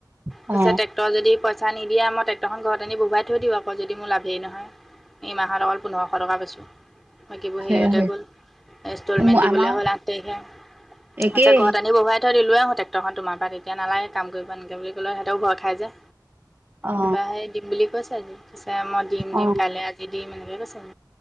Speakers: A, on the right (about 30°); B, in the centre.
A: অ
B: কৈছে ট্ৰেকটৰ যদি পইচা নিদিয়া ম‌ই ট্ৰেকটৰখন ঘৰত আনি বহুৱাই থৈ দিওঁ আকৌ যদি মোৰ লাভেই নহয়, এই মাহৰ অকল পোন্ধৰশ টকা পাইছোঁ। বাকিবোৰ হেৰিয়তে
A: সেয়া হৈ
B: গ'ল, ইনষ্টলমেণ্ট
A: আমাৰ
B: দিবলৈ হ'ল আঠ তাৰিখে,
A: একেই
B: সচা <unintelligible> ঘৰত আনি বহুৱাই থৈ দিলোঁ টেক্টৰখন তোমাৰ পৰা তেতিয়া নালাগে কাম কৰিব এনেকে বুলি ক'লে সিহঁতেও ভয় খাই যে।
A: অ
B: কিবা সেই দিম বুলি কৈছে আজি পিছে মই দিম
A: অ
B: দিম কাইলৈ আজি দিম এনেকে কৈছে।